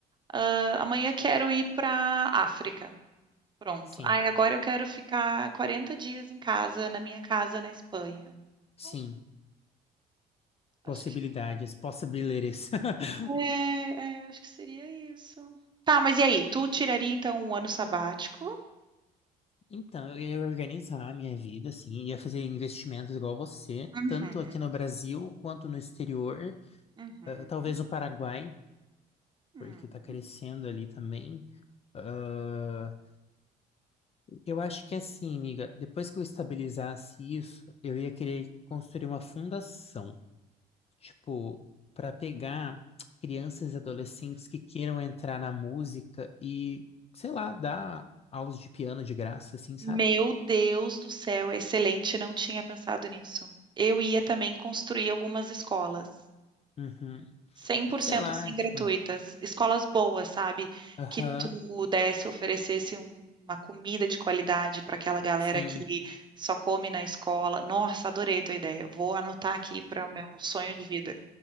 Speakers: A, on the right; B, on the left.
A: ah, amanhã quero ir pra África. Pronto.
B: Sim,
A: Ai, agora eu quero ficar 40 dias em casa, na minha casa na Espanha.
B: sim.
A: Então, acho
B: Possibilidades,
A: que,
B: possibilities. <laughs>
A: é, é, acho que seria isso. Tá, mas e aí? Tu tiraria, então, um ano sabático?
B: Então, eu ia organizar a minha vida, assim, ia fazer investimentos igual você,
A: Uhum,
B: tanto aqui no Brasil quanto no exterior,
A: uhum,
B: ah, talvez no Paraguai,
A: uhum.
B: porque tá crescendo ali também. ah, Eu acho que assim, amiga, depois que eu estabilizasse isso, eu ia querer construir uma fundação, tipo, para pegar crianças e adolescentes que queiram entrar na música e, sei lá, dar aulas de piano de graça, assim, sabe?
A: Meu Deus do céu, excelente, não tinha pensado nisso. Eu ia também construir algumas escolas,
B: Uhum.
A: cem por
B: Tipo,
A: cento
B: sei lá,
A: assim
B: tipo,
A: gratuitas, escolas boas, sabe?
B: aham,
A: Que tu desse, oferecesse um- uma comida de qualidade para aquela galera
B: sim.
A: que só come na escola. Nossa, adorei tua ideia. Vou anotar aqui para o meu sonho de vida.